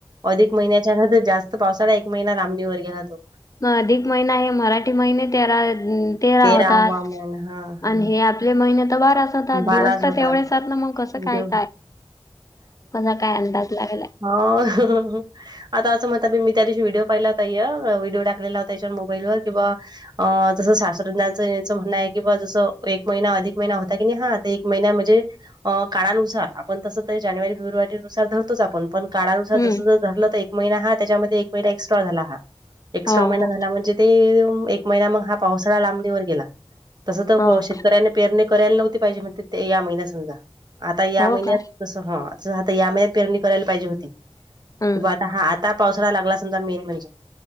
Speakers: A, on the right; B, on the left.
A: अधिक महिन्याच्यार जास्त पावसाला एक महिना राबणीवर गेला तो.
B: मग अधिक महिना हे मराठी महिने तेरा तेरा
A: तेरावा
B: होतात
A: महिना हा हा
B: आणि हे. महिने द बारा स.
A: बाराच
B: दिवस तर
A: होतात
B: तेवढेचात ना मग कसं काय
A: देव
B: काय कसा काय अंदाज लागेलाय.
A: हो, आता असं म्हणताी मी त्या दिवशी व्हिडिओ पाहिला होताय व्हिडओ टाकलेला होता याच्यावर मोबाईलवर किंवा. अ तसं शास्त्रज्ञांचं याचं म्हणणं आहे कि बा जसं एक महिना अधिक महिना हो. ता क हा आता एक महिना म्हणजे. काळानुसार आपण तसं तर जानेवारी फेब्रुवारी नुसार रतोच आपण पण. काळानुसार
B: हम्म
A: जस ज रलं तर एक महिना हा त्याच्यामध्ये एक महिना एक्स्ट्रा झाला हा एक्स्ट्रा
B: हो
A: महिना
B: हो
A: झाला म्हणजे. ते एक महिना मग हा पावसाळा लांबणीवर गेला तस तर
B: हो
A: शेतकऱ्याने
B: का
A: पेर. करायला नव्हती पाहिजेण ते या महिन्यात समजा आता या
B: हो
A: महिन्यात.
B: का
A: तस ह तस आता या महिन्यात पेरणी करायला पाहिजे होती
B: हम्म
A: कि बा आता हा आ. आता पावसाला लागला समजा मेन म्हणजे.